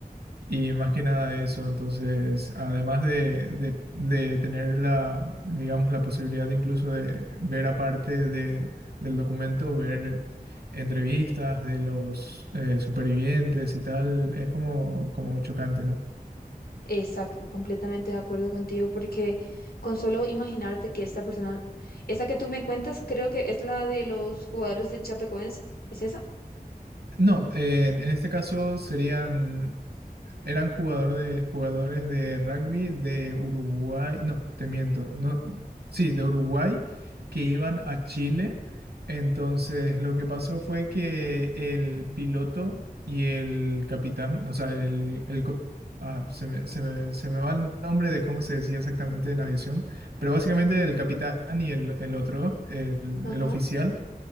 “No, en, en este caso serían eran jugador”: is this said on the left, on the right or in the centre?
Right